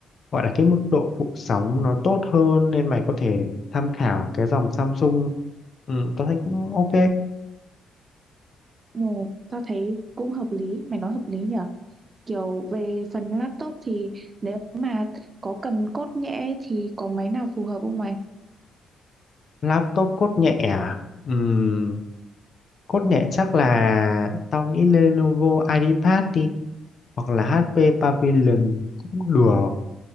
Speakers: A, on the left (about 45°); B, on the right (about 35°).
A: gọi là cái mức độ phụ sóng nó tốt hơn nên mày có thể tham khảo cái dòng Samsung ừ, tao thấy cũng ok
B: Ồ, tao thấy cũng hợp lý, mày nói hợp lý nhỉ? Kiểu về phần laptop thì nếu mà có cần cốt nhẽ thì có máy nào phù hợp không mày?
A: laptop cốt nhẹ à Ừm, cốt nhẹ chắc là tao nghĩ Lenovo IdeaPad đi hoặc là HP Pavilion cũng được